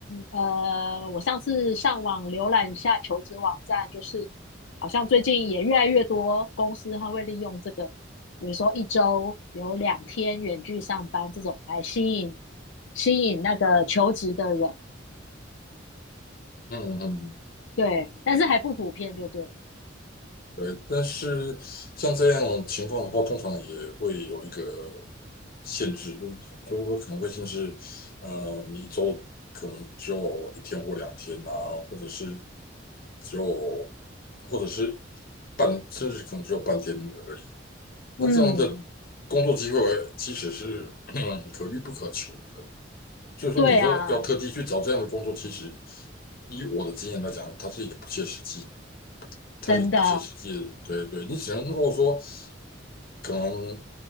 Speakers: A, on the left; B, on the left.
A: 呃我上次上网浏览一下求职网站，就是好像最近也越来越多公司它会利用这个，比如说一周有两天远距上班这种来吸引吸引那个求职的人。
B: 嗯嗯嗯
A: 对，但是还不普遍就对了
B: 对，但是像这样的情况的话，通常也会有一个限制，就是就是说可能会限制，呃，你一周可能只有一天或两天啊，或者是只有，或者是半，甚至可能只有半天而已。那这样的工作机会其实是嗯可遇不可求的，
A: 嗯，
B: 所以说你说要特地去找这样的工作，
A: 对啊，
B: 其实以我的经验来讲，它是一个不切实际。它是一个不切实际的。
A: 真的，
B: 对对，你只能够说，可能